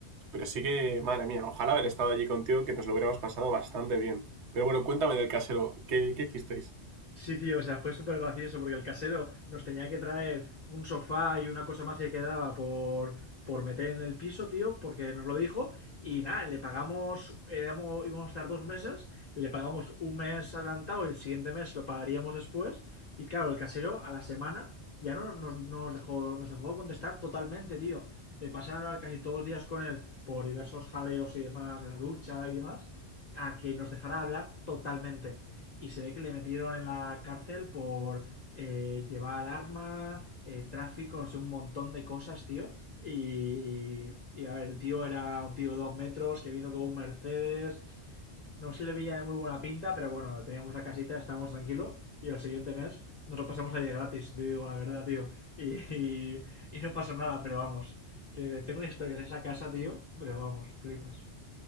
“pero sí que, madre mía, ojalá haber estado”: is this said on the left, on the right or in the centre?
Right